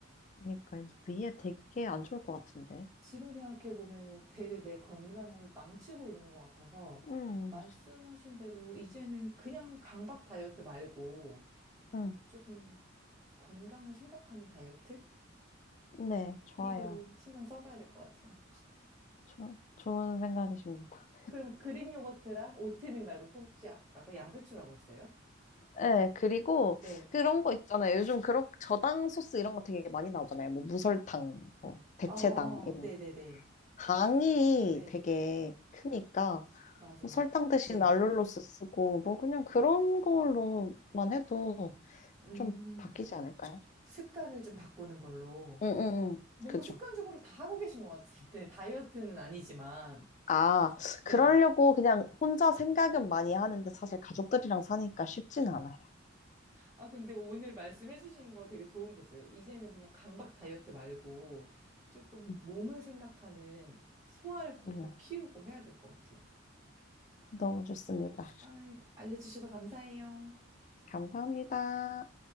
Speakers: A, on the left (about 35°); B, on the right (about 15°).
A: 그러니까 위에 되게 안 좋을 것 같은데.
B: 지금 생각해보면은 되게 내 건강을 망치고 있는 것 같아서,
A: 음,
B: 말씀하신 대로 이제는 그냥 강박 다이어트 말고,
A: 음,
B: 조금 건강을 생각하는 다이어트?
A: 네, 좋아요.
B: 이거를 신경 써봐야 될 것 같아요.
A: 조, 좋은 생각이십니다.
B: 그럼 그릭 요거트랑 오트밀 말고 또 혹시 아- 아까 양배추라고 했어요?
A: 네, 그리고
B: 네.
A: 그런 거 있잖아요. 요즘 그런 저당 소스 이런 거 되게 많이 나오잖아요. 뭐 무설탕, 뭐 대체당
B: 어,
A: 이런.
B: 네네네.
A: 당이
B: 네,
A: 되게 크니까
B: 맞아.
A: 뭐 설탕 대신
B: 네.
A: 알룰로스 쓰고 뭐 그냥 그런 걸로만 해도
B: 음,
A: 좀 바뀌지 않을까요?
B: 습관을 좀 바꾸는 걸로.
A: 응, 응, 응.
B: 뭔가
A: 그죠.
B: 습관적으로 다 하고 계신 것 같은데, <laughs> 다이어트는 아니지만.
A: 아,
B: 네.
A: 그러려고 그냥 혼자 생각은 많이 하는데 사실 가족들이랑 사니까 쉽진 않아요.
B: 아, 근데 오늘 말씀해주신 거 되게 도움 됐어요. 이제는 그냥 강박 다이어트 말고 조금
A: 음,
B: 몸을 생각하는 소화력도
A: 그럼요.
B: 좀 키우고 해야 될 것 같아요.
A: 너무 좋습니다.
B: 아, 알려주셔서 감사해요.
A: 감사합니다.